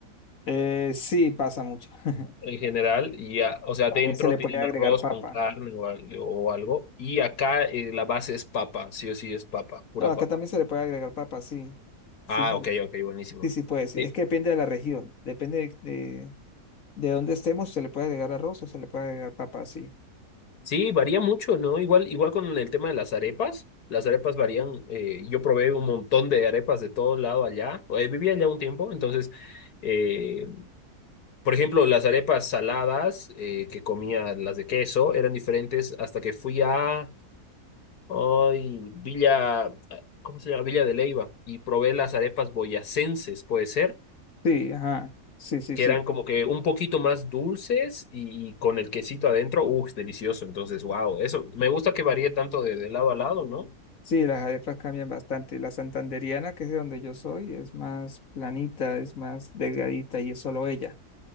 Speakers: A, on the left (about 60°); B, on the left (about 85°).
A: Eh, sí, pasa mucho. <laughs>
B: En general, y a- o sea,
A: También
B: dentro
A: se le puede
B: tienen
A: agregar
B: arroz
A: papa.
B: con carne o, al- o algo. Y acá eh, la base es papa, sí o sí es papa, pura
A: No, acá
B: papa.
A: también se le puede agregar papa, sí. Sí,
B: Ah,
A: se
B: ok,
A: le-
B: ok, buenísimo.
A: sí, sí puede, sí.
B: Eh,
A: Es que depende de la región, depende de, De donde estemos se le puede agregar arroz o se le puede agregar papa, sí.
B: Sí, varía mucho, ¿no? Igual, igual con el tema de las arepas. Las arepas varían. eh, yo probé un montón de arepas de todo lado allá. eh, vivía allá un tiempo, entonces, eh, por ejemplo, las arepas saladas eh, que comía, las de queso, eran diferentes hasta que fui a ay, Villa, ¿cómo se llama? Villa de Leyva y probé las arepas boyacenses, puede ser.
A: Sí, ajá. Sí, sí,
B: que
A: sí.
B: eran como que un poquito más dulces y con el quesito adentro, uff, delicioso. Entonces, wow, eso, me gusta que varíe tanto de, de lado a lado, ¿no?
A: Sí, las arepas cambian bastante. La santandereana, que es de donde yo soy, es más planita, es más delgadita y es solo ella.